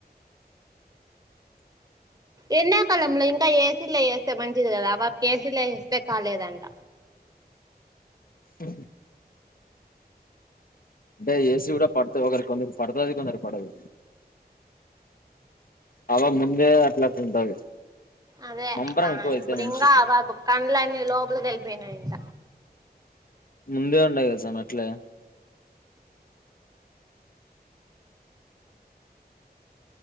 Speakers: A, on the right; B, on the left.
A: ఎండాకాలంలో ఇంకా ఏసీలే ఏస్తే మంచిది గదా ఆ పాపక్ ఏసీలే ఏస్తే కాలేదంట
B: ఉమ్హ్ అబ్భా ఏసీ గూడా పడ్తది ఒకరి కొందరికి పడుతాది కొందరు పడదు ఆ పాప ముందే అట్ల అట్ల ఉంటది
A: అదే
B: మంపరం
A: ఆహ్
B: ఎక్కువ అయితది
A: ఇప్పుడు
B: మనిషికి
A: ఇంగా ఆ పాపాక్ కండ్లన్నీ లోపల్కి వెళ్ళియినాయంట
B: ముందే ఉండది సామీ అట్లే